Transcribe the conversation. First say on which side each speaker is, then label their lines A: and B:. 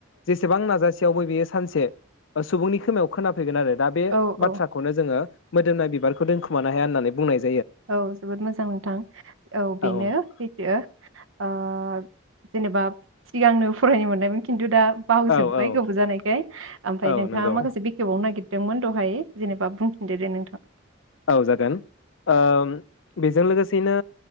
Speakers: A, on the left; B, on the right.
A: जेसेबां नाजा थेवबो बियो सानसे ओ सुबुंनि खोमायाव खोना फैगोन आरो दा बे
B: औ
A: बाथ्राखौनो जोङो मोदोमनाय बिबारखौ दोनखुमानो हाया होननानै बुंनाय जा
B: औ जोबोद मोजां नोंथां औ
A: आरो
B: बेनो
A: औ
B: फैदो। ओ जेनेबा सिगांनो फरायनो मोनदोंमोन खिन्थु दा बावजोबबाय
A: औ औ
B: गोबाव जानायखाय ओमफ्राय
A: औ
B: नोंथाङा
A: नंगौ
B: माखासे बेखेवबावनो नागिर दोंमोन दहाय जेनेबा बुंफिनदो दे नोंथां।
A: औ जागोन ओ बेजों लोगोसेनो